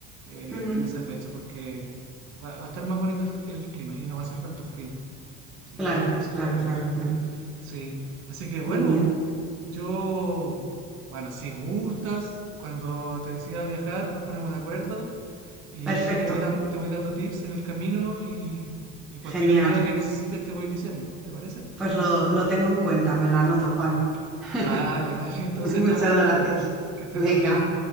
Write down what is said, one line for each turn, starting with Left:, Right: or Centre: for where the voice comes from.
Right: eh,
Centre: Ujú.
Right: en esa fecha porque va, va a estar más bonito el, el clima y no va a ser tanto frío. Así
Centre: Claro,
Right: que eso, eso
Centre: claro,
Right: está bueno.
Centre: claro, claro.
Right: Sí, así que bueno,
Centre: Muy bien.
Right: yo, bueno, si gustas, cuando te decidas viajar nos ponemos de acuerdo y
Centre: Perfecto.
Right: yo te voy, dan- te voy dando tips en el camino y, y cualquier
Centre: Genial.
Right: ayuda que necesites te voy diciendo, ¿te parece?
Centre: Pues lo, lo tengo en cuenta, me lo anoto, Juan. <laughs>
Right: Vale, vale, <laughs> entonces
Centre: Muchas
Right: estamos al
Centre: gracias.
Right: habla. Que estés
Centre: Venga,
Right: muy bien.